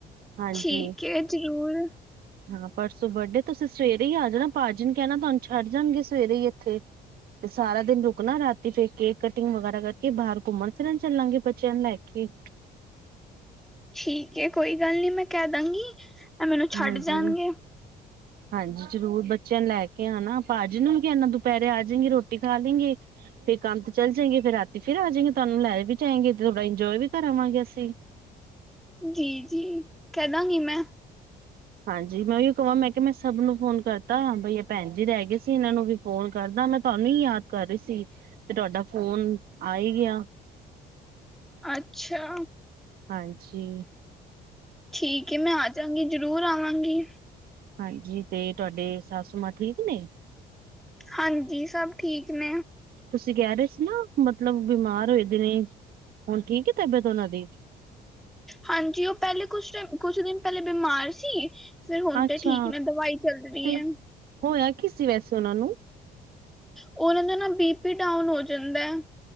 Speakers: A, on the right; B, in the centre.
A: ਹਾਂਜੀ।
B: ਠੀਕ ਹੈ ਜ਼ਰੂਰ
A: ਹਾਂ ਪਰਸੋਂ ਬਰਡੇ ਤੁਸੀਂ ਸਵੇਰੇ ਹੀ ਆ ਜਾਣਾ ਭਾਜੀ ਨੂੰ ਕਹਿਣਾ ਤੁਹਾਨੂੰ ਛੱਡ ਜਾਣਗੇ ਸਵੇਰੇ ਹੀ ਇੱਥੇ ਤੇ ਸਾਰਾ ਦਿਨ ਰੁਕਣਾ ਰਾਤੀ ਫੇ ਕੇ ਕਟਿੰਗ ਵਗੈਰਾ ਕਰਕੇ ਬਾਹਰ ਘੁੰਮਣ ਫਿਰ ਚੱਲਾਂਗੇ ਬੱਚਿਆਂ ਨੂੰ ਲੈ ਕੇ
B: ਠੀਕ ਹੈ ਕੋਈ ਗੱਲ ਨੀ ਮੈਂ ਕਹਿ ਦਾਂਗੀ। ਇਹ ਮੈਨੂੰ ਛੱਡ
A: ਹਾਂਜੀ
B: ਜਾਣਗੇ
A: ਹਾਂਜੀ ਜ਼ਰੂਰ ਬੱਚਿਆਂ ਨੂੰ ਲੈ ਕੇ ਆਣਾ ਭਾਜੀ ਨੂੰ ਵੀ ਕਹਿਣਾ ਆ ਜਾਏਗੇ ਇਨਾ ਦੁਪਹਿਰੇ ਆ ਜਾਏਗੀ ਰੋਟੀ ਖਾ ਲੈਂਗੇ। ਫੇਰ ਕੰਮ ਤੇ ਚੱਲ ਜਾਏਗੇ ਫੇਿਰ ਰਾਤੀ ਫੇਿਰ ਆ ਜਾਏਗੇ ਤੁਹਾਨੂੰ ਲੈ ਵੀ ਜਾਏਗੇ ਤੇ ਥੋੜਾ ਇੰਜੋਏ ਵੀ ਕਰਾਵਾਂਗੇ ਅਸੀਂ
B: ਜੀ- ਜੀ ਕਹਿ ਦਾਂਗੀ ਮੈਂ
A: ਹਾਂਜੀ ਮੈਂ ਉ ਕਹਾਂ ਮੈਂ ਕਿਹਾ ਮੈਂ ਸਭ ਨੂੰ ਫੋਨ ਕਰਤਾ ਬਈ ਇਹ ਭੈਣ ਜੀ ਰਹਿ ਗਏ ਸੀ ਇਹਨਾਂ ਨੂੰ ਵੀ ਫੋਨ ਕਰਦਾ ਮੈਂ ਤੁਹਾਨੂੰ ਹੀ ਯਾਦ ਕਰ ਰਹੀ ਸੀ। ਤੇ ਤੁਹਾਡਾ ਫੋਨ ਆ ਹੀ ਗਿਆ।
B: ਅੱਛਾ
A: ਹਾਂਜੀ
B: ਠੀਕ ਮੈਂ ਆਜਾਂਗੀ ਜਰੂਰ ਆਵਾਂਗੀ।
A: ਹਾਂਜੀ ਤੇ ਤੁਹਾਡੇ ਸਾਸੁ ਮਾਂ ਠੀਕ ਨੇ
B: ਹਾਂਜੀ ਸਭ ਠੀਕ ਨੇ
A: ਤੁਸੀਂ ਕਹਿ ਰਹੇ ਸੀ ਨਾ ਮਤਲਬ ਬਿਮਾਰ ਹੋਏ ਦਿ ਨੇ ਹੁਣ ਠੀਕ ਤਬੀਅਤ ਉਹਨਾਂ ਦੀ
B: ਹਾਂਜੀ ਉਹ ਪਹਿਲੇ ਕੁਛ ਟਮ ਕੁਛ ਦਿਨ ਪਹਿਲੇ ਬਿਮਾਰ ਸੀ ਫਿਰ ਹੁਣ
A: ਅੱਛਾ
B: ਤੇ ਠੀਕ ਨੇ ਦਵਾਈ ਚੱਲ ਰਹੀ
A: ਤੇ
B: ਹੈ
A: ਹੋਇਆ ਕੀ ਸੀ ਵੈਸੇ ਉਹਨਾਂ ਨੂੰ
B: ਉਹਨਾਂ ਦਾ ਨਾ ਬੀ ਪੀ ਡਾਊਨ ਹੋ ਜਾਂਦਾ